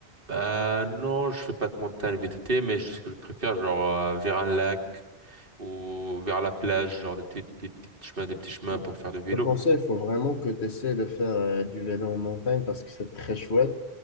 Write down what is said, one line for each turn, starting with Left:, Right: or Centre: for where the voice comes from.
Right: Bah, non, je fais pas de montagne VTT, mais je- ce que je préfère, genre, euh, vers un lac ou vers la plage, genre des petits, des petits chemins, des petits chemins
Left: Bon.
Right: pour faire de vélo.
Left: Je te conseille, il faut vraiment que tu essaies de faire euh, du vélo en montagne parce que c'est très chouette.